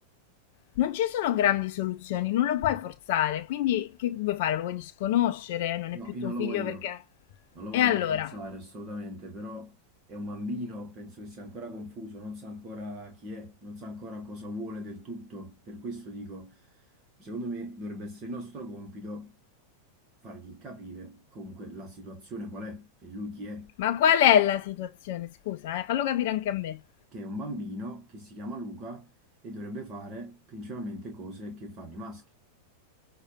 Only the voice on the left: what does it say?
Non ci sono grandi soluzioni, non lo puoi forzare, quindi che vuoi fare? Lo vuoi disconoscere? Non
è più
tuo
figlio
perché
E allora,
ma qual è la situazione? Scusa, eh, fallo capire anche a me.